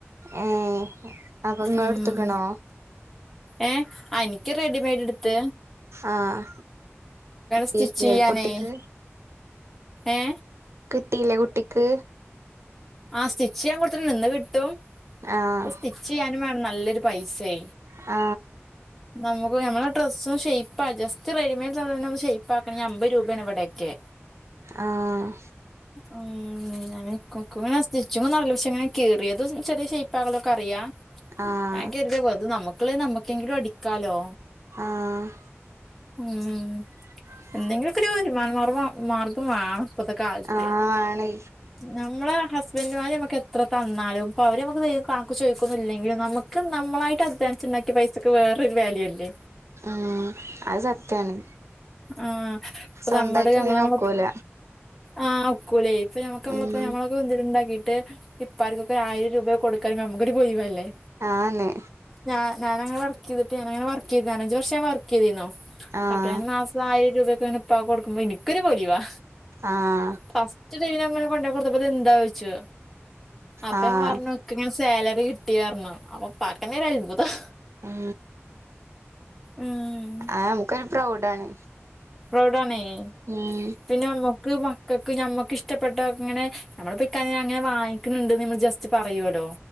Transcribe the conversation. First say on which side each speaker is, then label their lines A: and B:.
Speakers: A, on the right; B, in the centre.
A: ഏ അപ്പൊ ങ്ങള
B: ഉം
A: ഇട്ത്ത്ക്കണോ
B: ഏ ആഹ് ഇനിക്ക് റെഡിമെയ്ഡ് ഇട്ത്ത്
A: ആഹ് കിട്ടീട്ല്ല്യേ
B: സ്റ്റിച്ച് ചെയ്യാനേ
A: കുട്ടിക്ക്
B: ഏ
A: കിട്ടില്ലേ കുട്ടിക്ക്
B: ആഹ് സ്റ്റിച്ചിയ്യാം കൊടുത്തിട് ഇന്ന് കിട്ടും
A: ആഹ്
B: സ്റ്റിച്ച് ചെയ്യാനും വേണം നല്ലൊരു പൈസെ
A: ആ
B: നമുക്ക് നമ്മളുടെ ഡ്രസ്സും ഷെയ്പ്പാ ജസ്റ്റ് റെഡി <unintelligible> ഷൈപ്പാകണങ്കി അമ്പത് രൂപയാണ് ഇവിടക്കെ
A: ആഹ്
B: ഉം ഇകുങ്ങനെ സ്റ്റിച്ചോന്നറീല പക്ഷെ ങ്ങനെകീറ്യേത് ചെറിയഷൈ <unintelligible> അറിയ
A: ആഹ്
B: ഞാൻ കരുത വെറ്തനമ്മക്ക്‌ള്ളത് നമ്മുക്കെങ്കിലും അടി കാലോ
A: ആഹ്
B: ഉം ഉം
A: <inaudible>
B: എന്തെങ്കിലുക്കെ ഒരു വരുമാനമാർഗ്ഗ മാർഗം വേണം ഇപ്പത്തെ കാലത്ത്
A: ആഹ് ആണേ
B: നമ്മളെ ഹസ്ബൻഡുമാര് നമ്മക്ക് എത്ര തന്നാലും ഇപ്പൊ അവര് നമ്മക്ക് കണക്ക്‌ ചോയ് ക്കുന്നില്ലെങ്കിലും നമ്മക്ക് നമ്മളായിട്ട് അ്ദ്വാനിച്ചുണ്ടാക്യെ പൈസക്ക് വേറൊരു വല്യുല്ലേ
A: ഉം അത് സത്യാണ്
B: ആഹ് ഇപ്പൊ
A: സ്വന്തായിട്ടുള്ളീന്
B: നമ്മുടെ നമ്മള നമ്മള
A: ഒക്കൂല
B: ആ ഒക്കൂലേ ഇപ്പൊ ഞമ്മക്ക് നമ്മളപ്പ
A: ഉം
B: ഞമ്മളൊക്കെ എന്തേലുംണ്ടാക്കിട്ട് ഇപ്പാർക്കൊക്കെ ആയിരം രൂപ കൊടുക്കാണെങ്കി ഞമ്മക്കൊരു പൊലിവല്ലേ
A: ആനെ
B: ഞാഞാനങ്ങനെ വർകീത്ട്ട് ഞാനങ്ങനെ വർകീത്ട്ട് നാലഞ്ചു വർഷ ഞാൻ വർകീതീനു
A: ആഹ്
B: <unintelligible> മാസം ആയിരം രൂപക്ക ഇപ്പാകൊടുക്കുമ്പോ ഇൻക്കൊര് പൊലിവാ
A: ആഹ്
B: ഫസ്റ്റ്ദീൽങ്ങനെ കൊണ്ടയ് കൊടുത്തപ്പോ ഇതെന്തായൊച്ചു അപ്പഞാപറഞ്ഞു
A: ആഹ്
B: ഇക്കങ്ങനെ സാലറി കിട്ടിയർഞ്ഞു അപ്പൊ പ്പാക്കന ഒരു അത്ഭുതം
A: ആ
B: ഉം
A: ആ നമുക്കൊരു പ്രൗഡാണ്
B: പ്രൗഡാണയ്
A: ഉം
B: പിന്നെ മക്കൾക്ക് ഞമ്മക്ക് ഇഷ്ടപ്പെട്ട ഇങ്ങനെ നമ്മളപ്പോ ഇക്ക അങ്ങനെ വാങ്ങിക്കുന്നുണ്ട്ന്ന് നമ്മൾ ജസ്റ്റ് പറയുല്ലോ